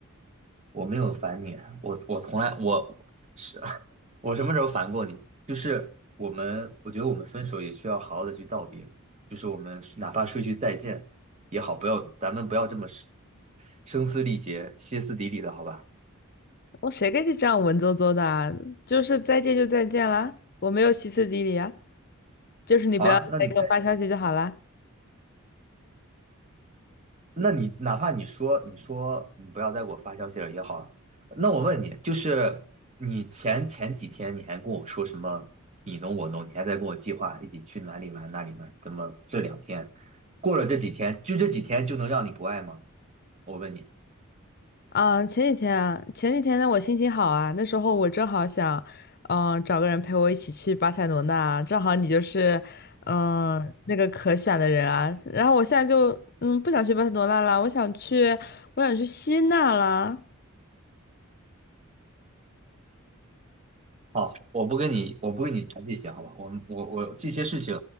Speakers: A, on the right; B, on the left.
A: 我没有烦你，我我从来我是 <laughs> 我什么时候烦过你？就是我们，我觉得我们分手也需要好好的去道别，就是我们哪怕说一句再见也好，不要咱们不要这么声声嘶力竭、歇斯底里的，好吧？
B: 我谁跟你这样文绉绉的啊？就是再见就再见啦，我没有歇斯底里啊，就是你不要再给我发消息就好啦。
A: 好啊，那你。那你哪怕你说你说你不要再给我发消息了也好了，那我问你，就是你前前几天你还跟我说什么你侬我侬，你还在跟我计划一起去哪里玩哪里玩，怎么这两天过了这几天，就这几天就能让你不爱吗？我问你。
B: 啊，前几天啊前几天呢，我心情好啊，那时候我正好想，嗯、找个人陪我一起去巴塞罗那啊，正好你就是，嗯、那个可选的人啊。然后我现在就，嗯，不想去巴塞罗那啦，我想去，我想去希腊啦。
A: 好，我不跟你，我不跟你谈这些，好吧？我们我我这些事情，